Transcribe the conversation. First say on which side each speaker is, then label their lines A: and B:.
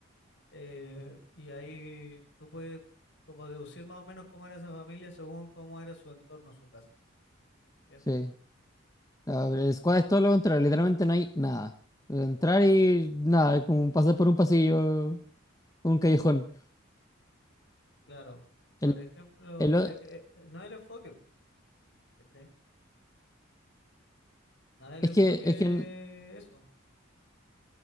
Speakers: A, on the left (about 60°); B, on the left (about 15°).
A: eh, y ahí tú puedes como deducir más o menos cómo era esa familia según cómo era su entorno, su casa, ¿entiendes?
B: Sí. A ver, El squad es todo lo contrario, literalmente no hay nada. Entrar y nada, es como pasar por un pasillo, un callejón.
A: Claro, por
B: El,
A: ejemplo,
B: el o-
A: pero es que, eh, eh, no es el enfoque, ¿cachai? No es el
B: es
A: enfoque
B: que, es que en-
A: eso.